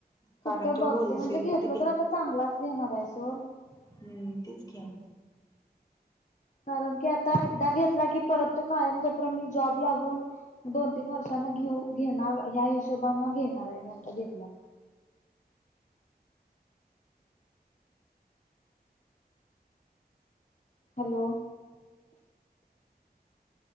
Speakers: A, on the left; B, on the left.
A: कारण
B: कुठं
A: तो
B: बघते
A: होलसेलमध्ये
B: म्हणजे घेतलं
A: घेत
B: तर आता चांगलाच घेणार आहे सो.
A: हम्म तेच की.
B: कारण की आता एकदा घेतला की परत तू कायम झोपरन मी जॉब लागून दोन-तीन वर्ष ना घेऊ घेणार ह्या हिशोबने घेणार आहे मी आता घेतल्या. हॅलो